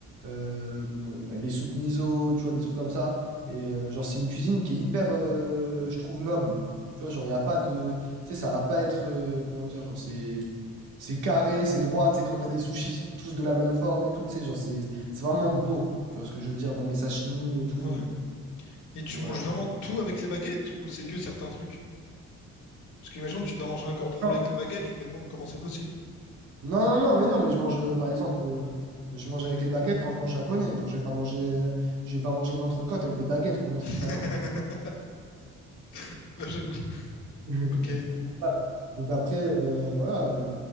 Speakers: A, on the right; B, on the left.
A: euh, les soupes miso, tu vois, des trucs comme ça. Et euh, genre, c'est une cuisine qui est hyper, euh, je trouve, noble. Tu vois, genre, il n'y a pas de... Tu sais, ça va pas être... euh, comment dire, genre, c'est... C'est carré, c'est droit, tu sais, quand t'as des sushis, ils sont tous de la même forme et tout, tu sais, genre, c'est c'est vraiment beau, tu vois ce que je veux dire, même les sashimi et tout,
B: Ouais. Et tu
A: voilà.
B: manges vraiment tout avec les baguettes ou c'est que certains trucs? Parce qu'imagine tu dois manger un cordon bleu
A: Non,
B: avec les baguettes, je me demande comment c'est possible.
A: non, non, non, mais non, mais je mange, euh, par exemple, euh, je mange avec les baguettes quand je mange japonais. Genre, je vais pas manger, euh, je vais pas manger une entrecôte avec des baguettes, comment je
B: <laughs>
A: coupe la viande.
B: <laughs> Ouais, J'avoue.
A: <laughs>
B: Ok.
A: Voilà. Donc après, euh, voilà. euh,